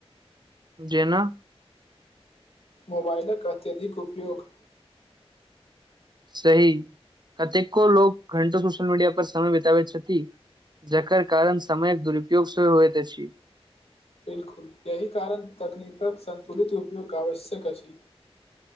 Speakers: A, on the right; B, on the left.
A: जेना
B: मोबाइलक अत्यधिक उपयोग
A: सही कतेको लोक घंटो सोशल मीडिया पर समय बिताबैत छथि जकर कारण समयक दुरूपयोग सेहो होइत अछि
B: बिल्कुल एहि कारण तकनीकक संतुलित उपयोग आवश्यक अछि